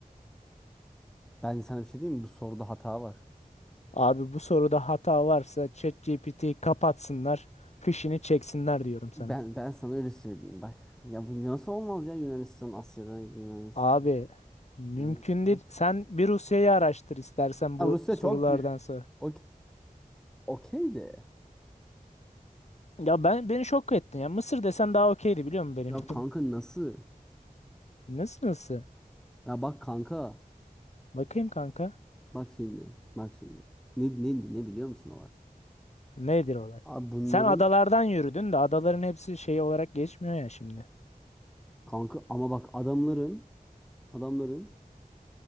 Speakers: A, in the centre; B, on the left.
A: Ben sana bir şey diyeyim mi? Bu soruda hata var.
B: Abi bu soruda hata varsa ChatGPT'yi kapatsınlar. Fişini çeksinler diyorum sana.
A: Ben ben sana öyle söyleyeyim bak. Ya bu nasıl olmaz ya Yunanistan Asya'da Yunanistan.
B: Abi mümkün
A: Yunanistan.
B: değil. Sen bir Rusya'yı araştır istersen
A: Ya
B: bu
A: Rusya
B: sorulardan
A: çok büyük.
B: sonra.
A: Okey, okey de.
B: Ya ben beni şok ettin ya. Mısır desen daha okeydi biliyor musun benim
A: Ya
B: için?
A: kanka nasıl?
B: <laughs> Nasıl nasıl?
A: Ya bak kanka.
B: Bakayım kanka.
A: Bak şimdi. Bak şimdi. Ne ne ne biliyor musun olay?
B: Nedir olay?
A: Abi bunların
B: Sen adalardan yürüdün de adaların hepsi şey olarak geçmiyor ya şimdi.
A: kanka ama bak adamların adamların